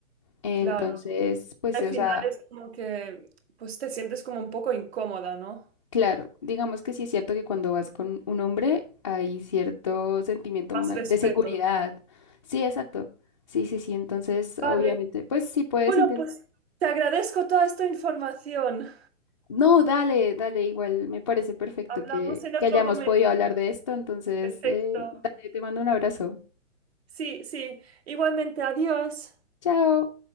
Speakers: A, on the left; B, on the right.
A: Entonces,
B: claro.
A: pues,
B: Al
A: o
B: final
A: sea,
B: es como que, pues te sientes como un poco incómoda, ¿no?
A: Claro, digamos que sí es cierto que cuando vas con un hombre hay cierto sentimiento
B: Más
A: ma-
B: respeto.
A: de seguridad. Sí, exacto. Sí, sí, sí. Entonces, obviamente,
B: Vale.
A: pues sí puedes
B: Bueno,
A: intentar.
B: pues te agradezco toda esta información.
A: No, dale, dale, igual me parece perfecto
B: Hablamos
A: que,
B: en
A: que
B: otro
A: hayamos
B: momento.
A: podido hablar de esto. Entonces,
B: Perfecto.
A: eh, dale, te mando un abrazo.
B: Sí, sí. Igualmente, adiós.
A: Chao.